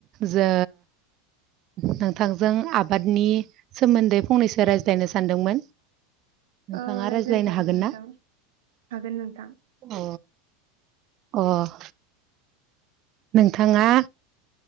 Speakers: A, on the right (about 40°); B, on the right (about 75°).
A: जो नोंथांजों आबादनि सोमोन्दै फंनैसो रायज्लायनो सानदोंमोन। नोंथाङा
B: औ रायज्लायजागोन
A: रायज्लायनो हागोन
B: नोंथां
A: ना?
B: हागोन नोंथां
A: अ अ नोंथाङा